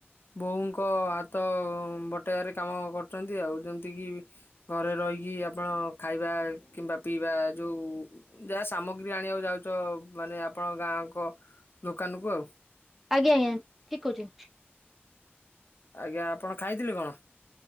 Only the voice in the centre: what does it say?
ଆଜ୍ଞା ଆଜ୍ଞା ଠିକ୍ କହୁଛି